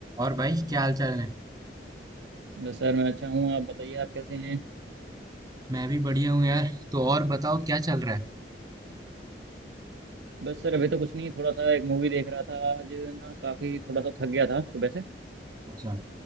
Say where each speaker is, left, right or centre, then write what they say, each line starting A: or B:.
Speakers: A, on the right; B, on the right.
A: और भाई क्या हाल चाल है
B: बस सर मैं अच्छा हूँ आप बताइए आप कैसे हैं
A: मैं भी बढ़िया हूँ यार तो और बताओ क्या चल रहा है
B: बस सर अभी तो कुछ नहीं थोड़ा सा एक मूवी देख रहा था आज ना काफ़ी थोड़ा सा थक गया था सुबह से
A: अच्छा